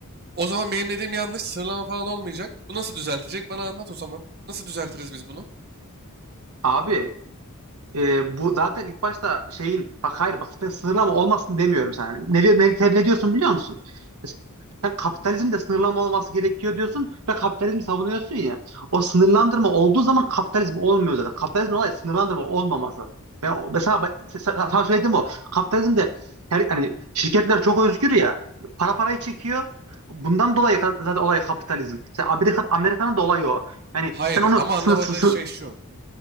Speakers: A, on the right; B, on the right.
A: O zaman benim dediğim yanlış sıralama falan olmayacak. Bu nasıl düzeltecek? Bana anlat o zaman. Nasıl düzeltiriz biz bunu?
B: Abi e, bu zaten ilk başta şeyin bak hayır bak ben sınırlama olmasın demiyorum sana. Ne, diyor- ne, ter- ne diyorsun biliyor musun? Sen kapitalizmde sınırlama olması gerekiyor diyorsun ve kapitalizmi savunuyorsun ya. O sınırlandırma olduğu zaman kapitalizm olmuyor zaten. Kapitalizmin olayı sınırlandırma olmaması. Ben o- mesela ben- se- se- sana söylediğim o. Kapitalizmde her hani şirketler çok özgür ya. Para parayı çekiyor. Bundan dolayı ka- zaten olay kapitalizm. Sen Amerika Amerika'nın da olayı o. Yani
A: Hayır
B: sen onu
A: ama
B: sınır,
A: anlamadığı
B: sınır,
A: şey şu.